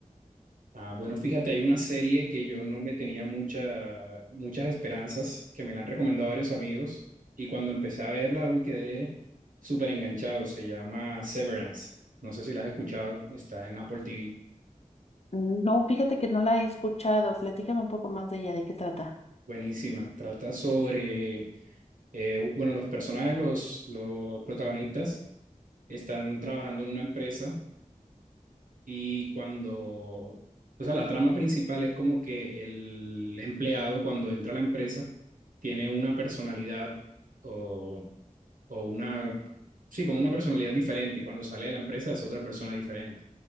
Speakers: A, on the right; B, on the left.
A: Ah, bueno, fíjate, hay una serie que yo no le tenía mucha, muchas esperanzas, que me la han recomendado varios amigos, y cuando empecé a verla, uy, quedé súper enganchado. Se llama Severance. No sé si la has escuchado, está en Apple TV.
B: No, fíjate que no la he escuchado. Platícame un poco más de ella, ¿de qué trata?
A: Buenísima. Trata sobre, eh, bueno, los personajes, los, los protagonistas están trabajando en una empresa Y cuando, o sea, la trama principal es como que el empleado cuando entra a la empresa tiene una personalidad o, o una, sí, como una personalidad diferente y cuando sale de la empresa es otra persona diferente.